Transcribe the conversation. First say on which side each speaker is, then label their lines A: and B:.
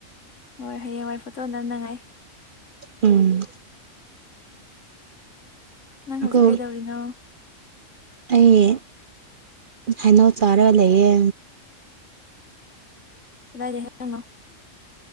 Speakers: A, on the left; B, on the right.
A: ꯍꯣꯏ ꯍꯌꯦꯡꯋꯥꯏ ꯐꯣꯇꯣꯅꯅꯉꯥꯏ
B: ꯎꯝ
A: ꯅꯪ
B: ꯑꯗꯨ
A: ꯍꯧꯖꯤꯛ ꯀꯩꯗꯧꯔꯤꯅꯣ
B: ꯑꯩ ꯍꯥꯏꯅꯥꯎ ꯆꯥꯔ ꯂꯩꯌꯦ
A: ꯑꯗꯤꯦ ꯍꯥꯏꯦꯅꯣ